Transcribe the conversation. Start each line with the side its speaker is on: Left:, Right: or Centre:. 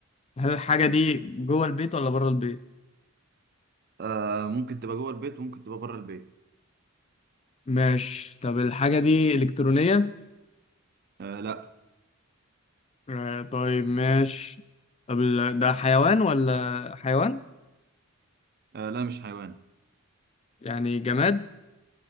Left: هل الحاجة دي جوه البيت ولا بره البيت؟
Right: آه، ممكن تبقى جوه البيت وممكن تبقى بره البيت
Left: ماشي طب الحاجة دي إلكترونية؟
Right: آه، لا
Left: آه طيب ماشي طب ال- ده حيوان ولا حيوان؟
Right: آه، لا مش حيوان
Left: يعني جماد؟